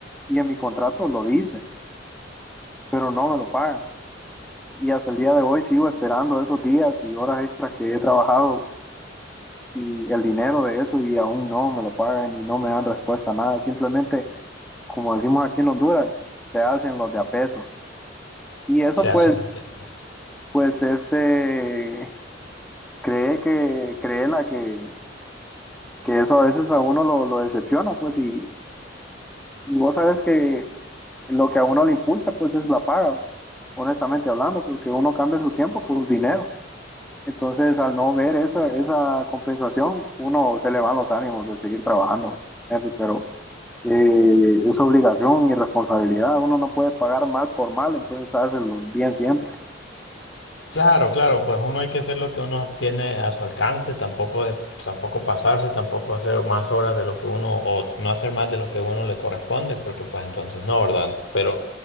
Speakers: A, in the centre; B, on the left (about 75°).
A: Y en mi contrato lo dice, pero no me lo pagan. Y hasta el día de hoy sigo esperando esos días y horas extras que he trabajado y el dinero de eso y aún no me lo pagan y no me dan respuesta a nada. Simplemente como decimos aquí en Honduras, se hacen los de a peso. Y eso
B: O sea,
A: pues,
B: <laughs>
A: pues este, cree que, cree la que, que eso a veces a uno lo, lo decepciona, pues, y, y vos sabes que lo que a uno le impulsa, pues, es la paga, honestamente hablando, porque uno cambia su tiempo por dinero. Entonces, al no ver esa, esa compensación, uno se le van los ánimos de seguir trabajando, Henry, pero eh, es obligación y responsabilidad. Uno no puede pagar mal por mal, entonces hacerlo bien siempre.
B: Claro, claro, pues uno hay que hacer lo que uno tiene a su alcance, tampoco de, tampoco pasarse, tampoco hacer más horas de lo que uno, o no hacer más de lo que uno le corresponde, porque pues entonces no, ¿verdad? Pero